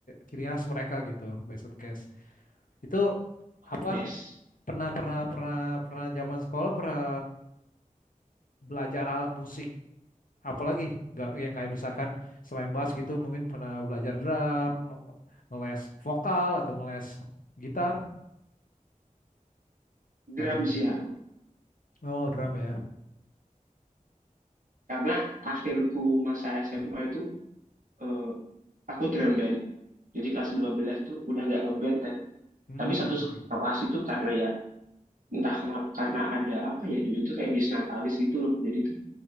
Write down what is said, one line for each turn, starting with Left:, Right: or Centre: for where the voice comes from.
Left: ciri khas mereka gitu Basket Case. Itu apa
Right: yes
Left: pernah pernah pernah pernah zaman sekolah pernah belajar alat musik apalagi nggak yang kayak misalkan selain bass gitu mungkin pernah belajar drum ngeles vokal atau ngeles gitar atau
Right: drum sih aku
Left: oh drum ya
Right: karena akhirku masa SMA itu eh, aku drum band jadi kelas 12 tuh udah nggak ngeband kan
Left: hmm
Right: tapi satu
Left: oke
Right: kelas itu karena ya entah kenapa karena ada apa ya dulu tuh kayak disnatalis gitu loh jadi tuh